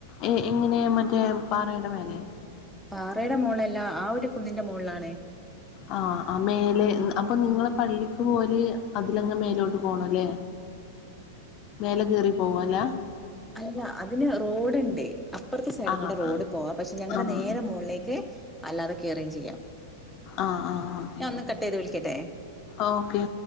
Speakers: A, on the left; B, in the centre.
A: ഏ എങ്ങനെയാ മറ്റേ പാറയുടെ മേലെ
B: പാറയുടെ മുകളളല്ല ആ ഒരു കുന്നിന്റെ മുകളിലാണ
A: ആ ആ മേലെ അപ്പൊ നിങ്ങള പള്ളിക്ക് പോലെ അതിലങ്ങ് മേലോട്ട് പോണം അല്ലേ മേലെ കയറി പോവല്ലാ
B: അല്ല അതിന് റോഡുണ്ട് അപ്പുറത്തെ സൈഡ്
A: ആഹ്
B: കൂടെ റോഡ്
A: ആഹ്
B: പോവാ പക്ഷെ ഞങ്ങളുടെ
A: ആഹ്
B: നേരെ മുകളിലേക്ക് അല്ലാതെ കയറുകയും ചെയ്യാം
A: ആഹ ആഹ
B: ഞാൻ ഒന്ന് കട്ട് ചെയ്ത് വിളിക്കട്ടെ
A: ഓ ഓക്കെ